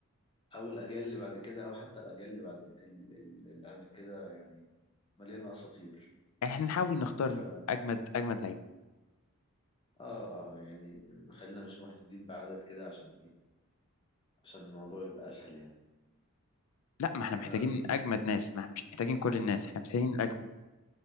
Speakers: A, on the left (about 25°); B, on the left (about 70°).
A: او الاجيال اللي بعد كده او حتى الاجيال اللي بعد ال- ال- اللي قبل كده يعني مليانه اساطير
B: احنا نحاول نختار
A: ف
B: اجمد اجمد لعيبة
A: اه اه يعني خلينا مش محدودين بعدد كده عشان ايه عشان الموضوع يبقى اسهل يعني
B: لا ما احنا محتاجين
A: انا
B: اجمد ناس ما احنا مش محتاجين كل الناس احنا محتاجين الاجمد